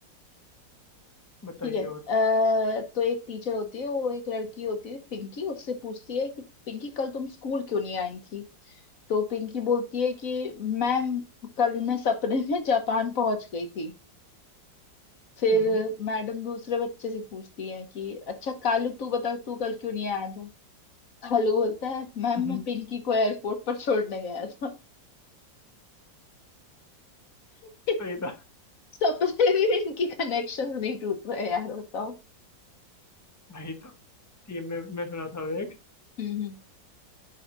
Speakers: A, on the left; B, on the left.
A: बताइए
B: ठीक है अ,
A: और
B: तो एक टीचर होती है वो एक लड़की होती है पिंकी उससे पूछती है कि पिंकी कल तुम स्कूल क्यों नहीं आई थी तो पिंकी बोलती है कि मैम कल मैं सपने में जापान पहुंच गई थी फिर
A: हम्म,
B: मैडम दूसरे बच्चे से पूछती है कि अच्छा कालू तू बता तू कल क्यों नहीं आया था हलू बोलता है मैम
A: हम्म,
B: मैं पिंकी को एयरपोर्ट पर छोड़ने गया था <laughs>
A: तो ये था
B: सबसे भी इनकी कनेक्शन नहीं टूट रहे यार बताओ
A: भाई तो ठीक है मैं मैं सुनाता हूँ एक
B: हम्म हम्म